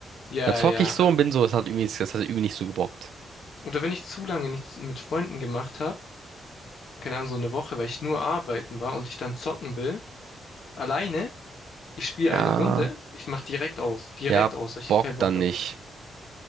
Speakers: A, on the left; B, on the right.
A: Ja,
B: Dann zocke
A: ja.
B: ich so und bin so, Das hat irgendwie, das hat irgendwie nicht so gebockt.
A: Oder wenn ich zu lange nichts mit Freunden gemacht habe, keine Ahnung, so eine Woche, weil ich nur arbeiten war und ich dann zocken will, alleine, ich spiele
B: Ja,
A: eine Runde, ich mach direkt aus, direkt
B: ja,
A: aus, weil ich
B: Bock
A: keinen Bock
B: dann
A: habe.
B: nicht.